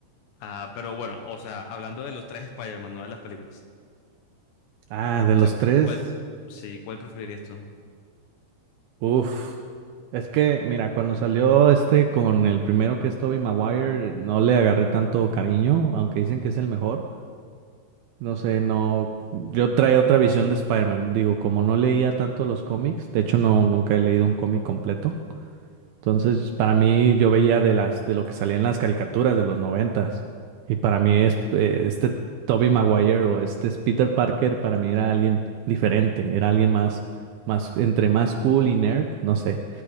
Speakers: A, on the left; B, on the right.
A: Ah, pero bueno, o sea, hablando de los tres Spider-Man, no de las películas.
B: Ah, de los
A: O sea,
B: tres.
A: ¿cuál, sí, ¿cuál preferirías tú?
B: Uf, es que mira, cuando salió este con el primero que es Tobey Maguire, no le agarré tanto cariño, aunque dicen que es el mejor. No sé, no, yo traía otra visión de Spider-Man. Digo, como no leía tanto los cómics, de hecho no, nunca he leído un cómic completo. Entonces, para mí, yo veía de las, de lo que salía en las caricaturas de los noventas. Y para mí es eh, este Tobey Maguire o este es Peter Parker, para mí era alguien diferente, era alguien más, más, entre más cool y nerd, no sé.